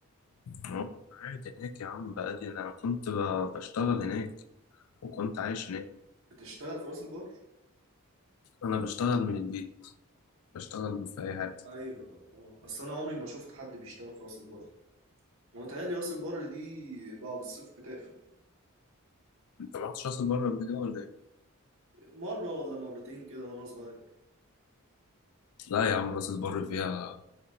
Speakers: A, on the left; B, on the right.
A: اه انا قاعد هناك يا عم بقالي انا كنت ب- بشتغل هناك وكنت عايش هناك
B: بتشتغل في راس البر
A: انا بشتغل من البيت بشتغل في اي حته
B: ايوه اه اصل انا عمري ما شفت حد بيشتغل في راس البر انا متهيألي راس البر دي بعد الصيف بتقفل
A: انت ما رحتش راس البر قبل كده ولا ايه
B: مرة ولا مرتين كده وانا صغير
A: لا يا عم راس البر فيها